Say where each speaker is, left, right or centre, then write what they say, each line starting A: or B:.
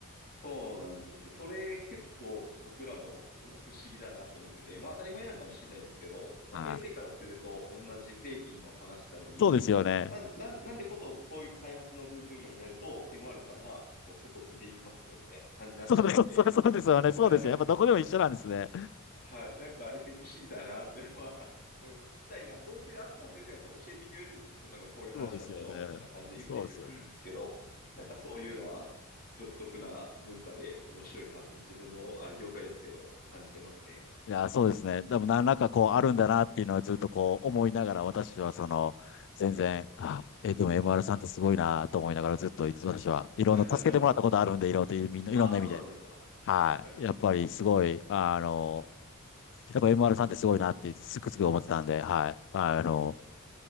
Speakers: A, on the left (about 40°); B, on the left (about 55°).
A: そうなんですよ。それ結構僕らもお不思議だなと思ってて、まあ当たり前なんかもしれないですけど、まあ先生からすると同じ製品の話なのに、
B: はい。そうですよね。
A: なん、なん、なんでことこういう開発の部分野になると MR さんはちょっと外出ていきますねみたいな感じになっちゃうんで、
B: そうです、そうそうですよね。
A: <laughs>
B: そうですよね。やっぱどこでも一緒なんですね。
A: はい。なんかあれって不思議だなってのは、<laughs> でも聞きたいな。どうせ後から先生がちょっと教えてくれるんですよ。なんかこういう話だったよ、
B: そうですよね。
A: みたいな感じで言ってくれるんですけど、
B: そうですよね。
A: なんかそういうのは独特な文化で面白いなって自分のあれ業界ですけど、感じてますね。
B: いや、そうですね。でも何らかこうあるんだなっていうのはずっとこう思いながら、私はその、全然、あ、え、でも MR さんってすごいなと思いながらずっといつ私はいろんな助けてもらったことあるんで、
A: <laughs>
B: いろんな、みんないろんな意味で。
A: ああ、そうなんですか。
B: はい。
A: はい。
B: やっぱりすごい、あの、やっぱ MR さんってすごいなってつくつく思ってたんで、はい。あの、
A: はい。